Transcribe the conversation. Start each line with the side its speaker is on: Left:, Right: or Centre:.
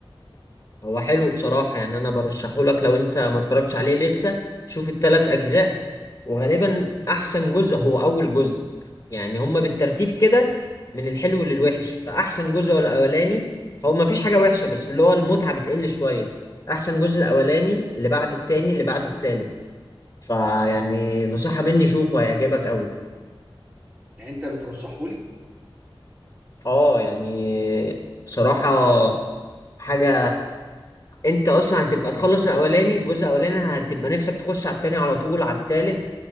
Left: هو حلو بصراحة يعني انا برشحهولك لو انت ما اتفرجتش عليه لسه شوف التلات اجزاء وغالبا احسن جزء هو اول جزء يعني هما بالترتيب كده من الحلو للوحش فاحسن جزء هو الاولاني هو ما فيش حاجه وحشه بس اللي هو المتعه بتقل شويه احسن جزء الاولاني اللي بعده التاني اللي بعده التالت فيعني نصيحه مني شوفه هيعجبك قوي
Right: يعني انت بترشحه لي
Left: اه يعني بصراحه حاجه انت اصلا هتبقى تخلص الاولاني الجزء الاولاني هتبقى نفسك تخش على التاني على طول على التالت